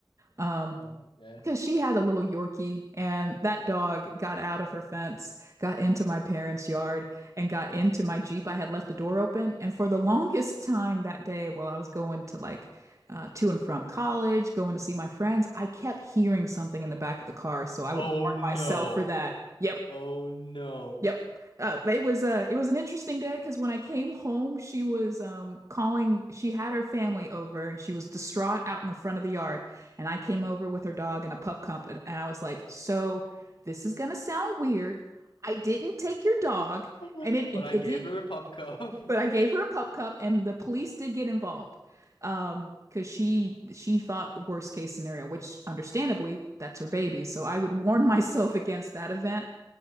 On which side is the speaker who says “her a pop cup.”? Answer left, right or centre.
Left